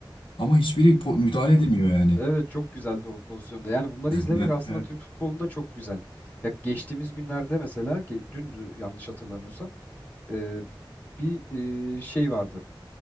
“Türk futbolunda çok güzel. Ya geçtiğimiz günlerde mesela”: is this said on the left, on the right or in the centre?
Left